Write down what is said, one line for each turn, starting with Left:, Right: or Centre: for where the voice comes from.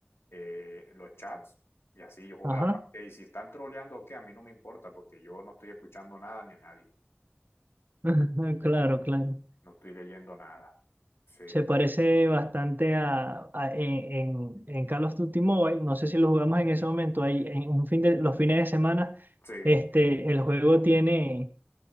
Left: eh, los chats y así yo juego
Right: Ajá,
Left: la parte y si están troleando o qué, a mí no me importa porque yo no estoy escuchando nada ni a nadie,
Right: <laughs> claro, claro.
Left: no estoy leyendo nada. Sí,
Right: Se parece bastante a, a- en, en, en Call of Duty Mobile. No sé si lo jugamos en ese momento. Ahí, en un fin de, los fines de semana,
Left: sí,
Right: este, el juego tiene